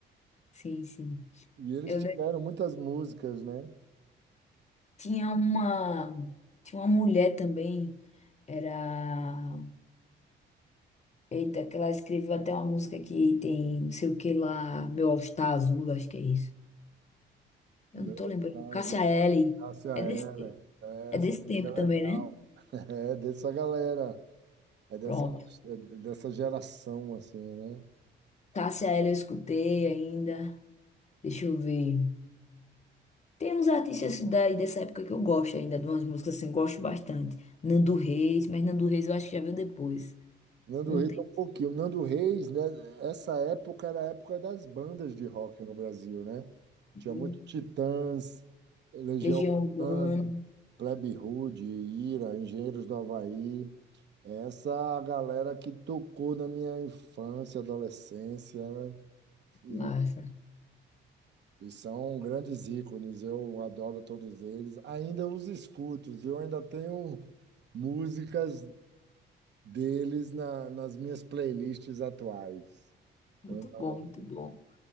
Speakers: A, on the left; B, on the right.
A: sim, sim.
B: E eles
A: Eu
B: tiveram
A: le-
B: muitas músicas, né?
A: tinha uma, tinha uma mulher também, era, eita, que ela escreveu até uma música que tem não sei o que lá, Meu All Star Azul, acho que é isso. Eu
B: Meu
A: não tô lembrando.
B: caso,
A: Cássia Eller,
B: Cássia Eller.
A: é desse,
B: É,
A: é
B: essa
A: desse
B: música
A: tempo
B: é legal.
A: também, né?
B: <laughs> É dessa galera, é dessa,
A: Pronto.
B: é dessa geração, assim, né?
A: Cássia Eller eu escutei ainda, deixa eu ver. Tem uns artistas daí dessa época que eu gosto ainda, de umas músicas assim, eu gosto bastante. Nando Reis, mas Nando Reis eu acho que já veio depois.
B: Nando
A: Não
B: Reis
A: tem.
B: é um pouquinho. Nando Reis, né? Essa época era a época das bandas de rock no Brasil, né? Tinha
A: né?
B: muito Titãs, Legião
A: Legião Urbana.
B: Urbana, Plebe Rude, Ira, Engenheiros do Havaí. Essa galera que tocou na minha infância, adolescência, né? E,
A: Massa.
B: e são grandes ícones. Eu adoro todos eles. Ainda os escuto. Eu ainda tenho músicas deles na- nas minhas playlists atuais.
A: Muito
B: Eu
A: bom, muito
B: não.
A: bom.